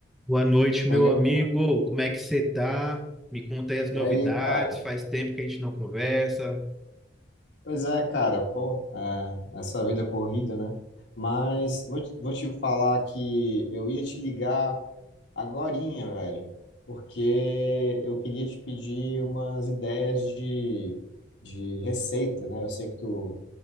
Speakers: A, in the centre; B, on the left (about 70°).
A: Boa noite, meu
B: Oi, Gabi.
A: amigo. Como é que você tá? Me conta aí as novidades.
B: E aí, cara?
A: Faz tempo que a gente não conversa.
B: Pois é, cara, pô, é, essa vida corrida, né? Mas vou te, vou te falar que eu ia te ligar agorinha, velho, porque eu queria te pedir umas ideias de, de receita, né? Eu sei que tu